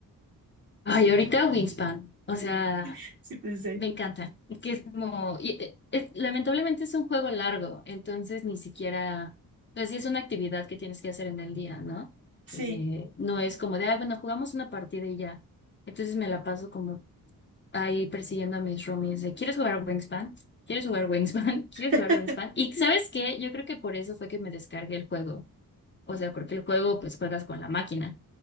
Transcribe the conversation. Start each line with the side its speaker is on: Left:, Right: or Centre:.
Left: ay, ahorita Wingspan, o sea...
Right: <laughs> Sí, pensé.
Left: Me encanta. Es que es como, y, eh, es- lamentablemente es un juego largo, entonces ni siquiera, pues sí es una actividad que tienes que hacer en el día, ¿no?
Right: Sí,
Left: Eh, no es como de, ah, bueno, jugamos una partida y ya. Entonces me la paso como ahí persiguiendo a mis roomies de, ¿quieres jugar Wingspan? ¿Quieres jugar Wingspan? <laughs>
Right: <laughs>
Left: ¿Quieres jugar Wingspan? Y ¿sabes qué? Yo creo que por eso fue que me descargué el juego. O sea, porque el juego, pues juegas con la máquina.